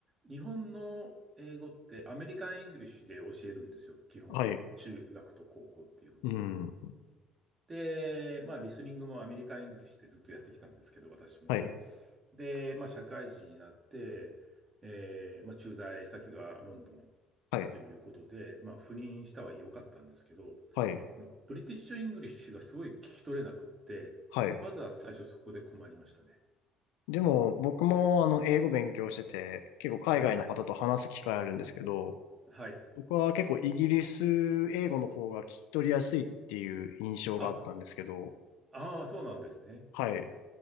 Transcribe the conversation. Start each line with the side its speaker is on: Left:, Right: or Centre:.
Right: 日本の英語ってアメリカン・イングリッシュで教えるんですよ。基本。
Left: あ、はい。
Right: 中学と高校っていうのは。
Left: うん。
Right: で、まあ、リスニングもアメリカン・イングリッシュでずっとやってきたんですけど、私も。
Left: はい。
Right: で、まあ、社会人になって、えーまあ、駐在先がロンドン
Left: はい。
Right: ということで、まあ、赴任したは良かったんですけど、
Left: はい。
Right: そのブリティッシュ・イングリッシュがすごい聞き取れなくって、
Left: はい。
Right: まずは最初そこで困りましたね。
Left: でも、僕もあの、英語勉強してて、結構海外の方と話す機会あるんですけど、
Right: はい。はい。
Left: 僕は結構イギリス英語の方が聞き取りやすいっていう印象があったんですけど、
Right: あ、ああ、そうなんですね。
Left: はい。